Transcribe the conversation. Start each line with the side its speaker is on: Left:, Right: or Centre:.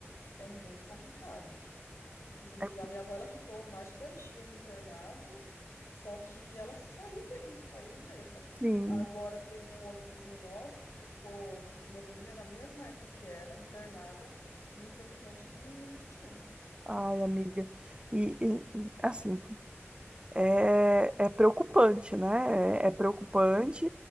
Left: É muito complicado. E
Right: É,
Left: a minha avó, ela ficou mais de 10 dias internada, só que ela saiu bem, saiu ilesa.
Right: Sim,
Left: Agora tem um outro vizinho nosso que ficou com pneumonia na mesma época que ela, internada, e infelizmente ele não resistiu.
Right: ai, amiga. E, e, assim, é, é preocupante, né? É, é preocupante
Left: Uhum.